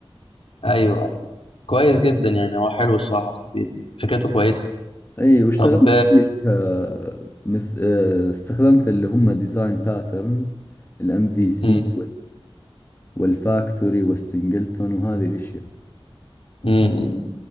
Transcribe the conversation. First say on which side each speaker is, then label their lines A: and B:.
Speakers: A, on the left; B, on the left.
A: ايوه كويس جدا يعني هو حلو الصراحه التطبيق ده فكرته كويسه
B: اي واشتغلت
A: طب
B: فيه آه، مث... آه، استخدمت اللي هم ديزاين باترنز الام في سي
A: امم
B: والفاكتوري والسنجلتون وهذه الاشياء
A: امم